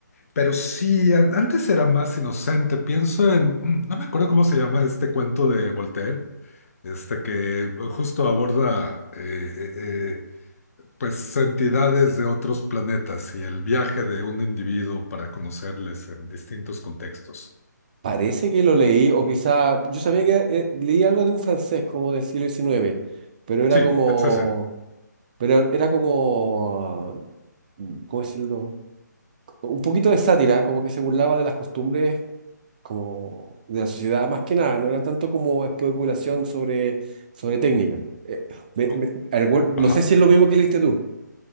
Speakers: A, on the left; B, on the right.
A: Pero sí, an- antes era más inocente, pienso en, mm, no me acuerdo cómo se llama este cuento de Voltaire, este que justo aborda eh, eh, eh, pues entidades de otros planetas y el viaje de un individuo para conocerles en distintos contextos.
B: Parece que lo leí, o quizá, yo sabía que eh, leí algo de un francés como del siglo diecinueve, pero era
A: Sí,
B: como...
A: es ese.
B: Pero era como, mm, ¿cómo decirlo? Un poquito de sátira, como que se burlaba de las costumbres como de la sociedad más que nada, no era tanto como especulación sobre, sobre técnica. Eh, me-
A: Oh,
B: me- recuer- no
A: ajá.
B: sé si es lo mismo que leíste tú.